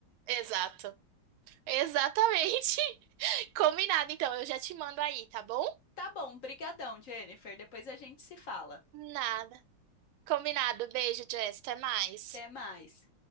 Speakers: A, on the right; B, on the left.
A: Exato. Exatamente. <laughs> Combinado, então, eu já te mando aí, tá bom?
B: Tá bom, brigadão, Jennifer. Depois a gente se fala.
A: Nada. Combinado. Beijo, Jess. Até mais.
B: Até mais.